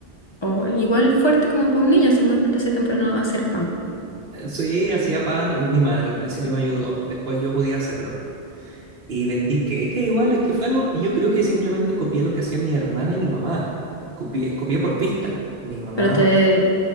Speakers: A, on the left (about 30°); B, on the right (about 60°).
A: O igual fuerte como para un niño, así como despertarse temprano a hacer pan.
B: Eh, Sí, hacía pan y mi madre al principio me ayudó. Después yo podía hacerlo. Y vendí queque igual, es que fue algo, yo creo que simplemente copié lo que hacían mi hermana y mi mamá. Copié, copié por vista. Mi mamá...
A: Pero te,